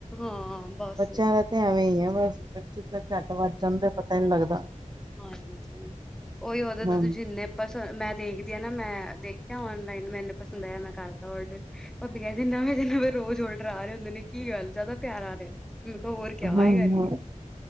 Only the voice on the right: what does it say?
ਬੱਚਿਆਂ ਦਾ ਤੇ ਐਵੇਂ ਹੀ ਆ ਬਸ ਬੱਚੇ ਤਾਂ ਝੱਟ ਵੱਧ ਜਾਂਦੇ ਪਤਾ ਹੀ ਨੀ ਲੱਗਦਾ
ਹਮ
ਹੂੰ